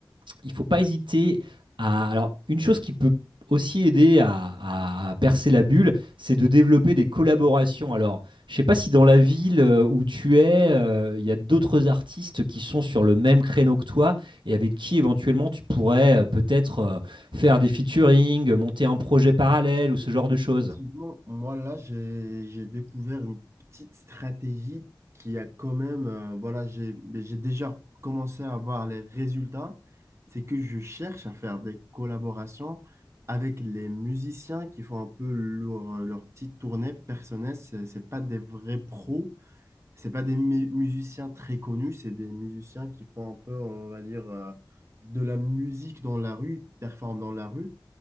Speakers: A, on the right; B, on the right.
A: il ne faut pas hésiter à. Alors, une chose qui peut aussi aider à, à percer la bulle, c'est de développer des collaborations. Alors, je ne sais pas si dans la ville euh, où tu es, euh, il y a d'autres artistes qui sont sur le même créneau que toi et avec qui éventuellement tu pourrais euh, peut-être euh, faire des featuring, monter un projet parallèle
B: Effecti-
A: ou ce genre de
B: Effectivement,
A: choses.
B: moi là, j'ai j'ai découvert une petite stratégie qui a quand même, euh, voilà, j'ai mais j'ai déjà commencé à voir les résultats. C'est que je cherche à faire des collaborations avec les musiciens qui font un peu leur, euh, leur petite tournée personnelle. C'est c'est pas des vrais pros, c'est pas des mu- musiciens très connus, c'est des musiciens qui font un peu, on va dire, euh, de la musique dans la rue, ils performent dans la rue.